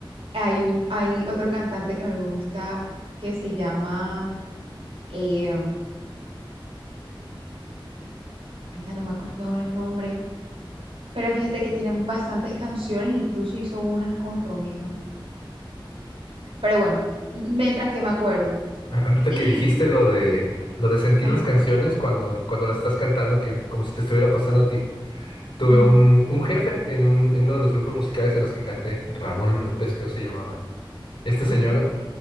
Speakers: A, on the right; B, on the left.
A: Hay un, hay otro cantante que me gusta que se llama, eh, anda, no me acuerdo ahora el nombre, pero fíjate que tienen bastantes canciones, incluso hizo unas con Romeo. Pero bueno, mientras que me acuerdo.
B: A- Ahorita
A: Y,
B: que dijiste lo de lo de sentir
A: ajá,
B: las canciones cuando, cuando las estás cantando, que como si te estuviera pasando a ti. Tuve
A: ujú,
B: un, un jefe en, un- en uno de los grupos musicales en los que canté, Ramón López, creo se llamaba. Este
A: ajá.
B: señor